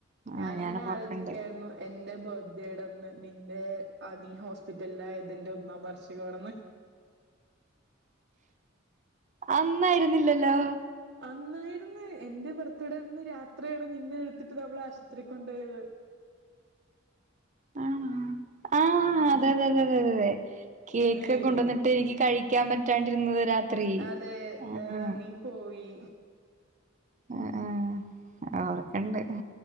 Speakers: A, on the right; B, on the right.
A: ആ
B: ഞാനിങ്ങനെ
A: ഞാൻ ഓർക്കണ്ട്
B: ആലോചിക്കായിരുന്നു എന്റെ ബർഡേടന്ന് നിന്റെ ആ നീ ഹോസ്പിറ്റലിലായതിന്റെ ഒന്നാം വാർഷികാണെന്ന് <inaudible>
A: അന്നായിരുന്നില്ലല്ലോ?
B: അന്നായിര്ന്ന്. എന്റെ ബർത്ത്ഡേന്ന് രാത്രിയാണ് നിന്നെ എടുത്തിട്ട് നമ്മളാശുപത്രി കൊണ്ടോയത്
A: ആണാ? ആഹ്
B: ഉം
A: അതെ അതെ അതെ തെ കേക്ക്
B: അയ്യോ
A: കൊണ്ടുവന്നിട്ട് എനിക്ക് കഴിക്കാൻ പറ്റാണ്ടിരുന്നത് രാ രാത്രി
B: അതെ
A: ആ
B: ഏഹ്
A: ആ
B: നീ പോയി
A: ആ ആ ഓറൊക്കെ ണ്ട്